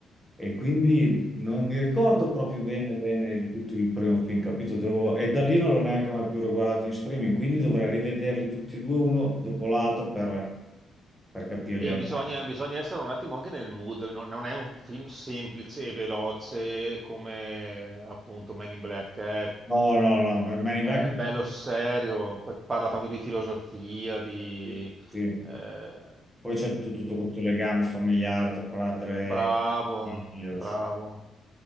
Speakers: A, in the centre; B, on the right (about 30°).
A: e quindi non mi ricordo proprio bene, bene il, tutto il primo film, capito? Devo- e da lì non l'ho neanche mai più riguardato in streaming, quindi dovrei rivederli tutti e due uno dopo l'altro per, per capirli
B: E
A: al
B: bisogna,
A: meglio.
B: bisogna essere un attimo anche nel mood, non, non è un film semplice e veloce come appunto Men in Black, è,
A: No, no, no, Man in
B: è
A: Black
B: bello serio, pa- parla tanto di filosofia, di...
A: Sì. Sì.
B: eh,
A: Poi c'è tu- tutto questo legame familiare tra padre
B: bravo,
A: e figlio,
B: bravo.